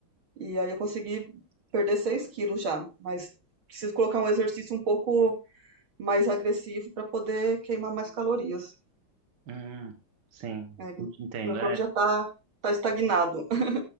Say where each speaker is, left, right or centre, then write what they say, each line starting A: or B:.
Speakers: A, on the right (about 70°); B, on the right (about 55°).
A: E aí eu consegui perder 6 quilos já. Mas preciso colocar um exercício um pouco mais agressivo para poder queimar mais calorias.
B: Hum, sim,
A: É,
B: entendo.
A: meu corpo
B: É,
A: já está tá tá estagnado. <laughs>